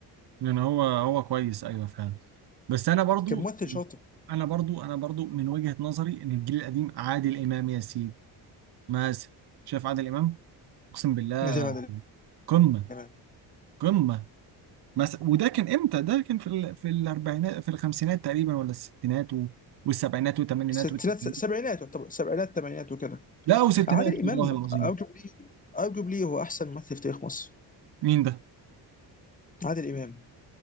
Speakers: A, on the right; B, on the left.
A: يعني هو هو كويس ايوه فعلا بس انا برضو
B: كممثل شاطر
A: انا برضو انا برضو من وجهة نظري ان الجيل القديم عادل امام يا سيدي مثلا شايف عادل امام اقسم بالله
B: انا شايف عادل
A: قمة
B: امام
A: قمة مثلا وده كان امتى ده كان في ال... في الاربعينات في الخمسينات تقريبا ولا الستينات و... والسبعينات والثمانينات
B: ستينات
A: والتسعينات
B: سبعينات يعتبر سبعينات ثمانينات وكده
A: لا وستينات
B: عادل امام
A: والله العظيم
B: ارجوبلي ارجوبلي هو احسن ممثل في تاريخ مصر
A: مين ده
B: عادل امام